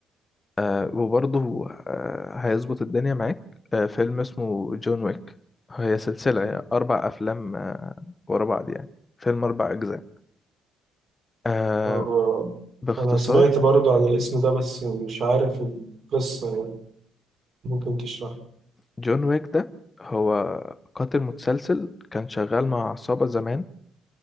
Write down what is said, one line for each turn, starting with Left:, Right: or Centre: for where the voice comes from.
Left: آه وبرضه آه هيظبط الدنيا معاك آه فيلم اسمه جون ويك هي سلسله يعني اربع افلام آه ورا بعض يعني فيلم اربع اجزاء آه
Right: آه
Left: باختصار
Right: أنا سمعت برضو عن الاسم ده بس مش عارف القصة يعني ممكن تشرح
Left: جون ويك ده هو قاتل متسلسل كان شغال مع عصابه زمان